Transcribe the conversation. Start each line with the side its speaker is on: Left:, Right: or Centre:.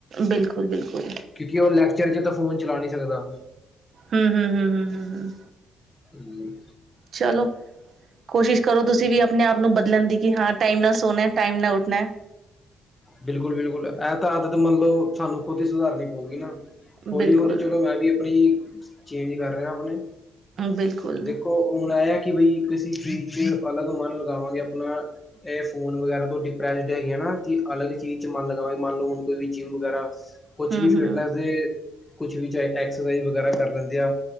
Right: ਬਿਲਕੁਲ-ਬਿਲਕੁਲ
Left: ਕਿਉਂਕਿ, ਉਹ ਲੈਕਚਰ 'ਚ ਤਾਂ ਫੋਨ ਚਲਾ ਨਹੀਂ ਸਕਦਾ।
Right: ਹੂ, ਹੂ, ਹੂ, ਹੂ, ਹੂ।
Left: ਹਮ।
Right: ਚਲੋ, ਕੋਸ਼ਿਸ਼ ਕਰੋ। ਤੁਸੀਂ ਵੀ ਆਪਣੇ ਆਪ ਨੂੰ ਬਦਲਣ ਦੀ। ਕਿ ਹਾਂ 'ਟਾਈਮ' ਨਾ ਸੋਣਾ ਟਾਈਮ ਨਾ ਉਠਣਾ ਹ।
Left: ਬਿਲਕੁਲ-ਬਿਲਕੁਲ ਇਹ ਤਾ ਆਦਤ ਮੰਨਲੋ ਸਾਨੂੰ ਖੁਦ ਹੀ ਸੁਧਾਰਨੀ ਪਊਗੀ ਨਾ। ਹੌਲੀ-ਹੌਲੀ
Right: ਬਿਲਕੁਲ,
Left: ਚਲੋ ਮੈਂ ਵੀ ਆਪਣੀ ਚੇਂਜ ਕਰ ਰਿਹਾ ਆਪਣੇ।
Right: ਬਿਲਕੁਲ
Left: ਦੇਖੋ, ਹੁਣ ਆ ਆ ਕਿ ਬਾਈ। ਕਿਸੇ ਚੀਜ਼ ਚ ਅਲੱਗ ਮਨ ਲਗਾਵਾਂਗੇ। ਆਪਣਾ ਇਹ ਫੋਨ ਵਗੈਰਾ ਤੋਂ ਡਿਪਰੈਸਡ ਹੈਗੇ ਆ ਨਾ। ਅਲੱਗ ਹੀ ਚੀਜ਼ ਚ ਮਨ ਲਗਾਵੇ ਮੰਨ ਲਓ ਕੋਈ ਵੀ ਜਿੰਮ ਵਗੈਰਾ
Right: ਹੂੰ,
Left: ਕੁਛ ਵੀ
Right: ਹੂੰ
Left: ਫਟਨੈ ਦੇ। ਕੁਛ ਵੀ ਚਾਹੇ ਐਕਸਰਸਾਈਜ਼ ਵਗੈਰਾ ਕਰ ਲੈਂਦੇ ਆ।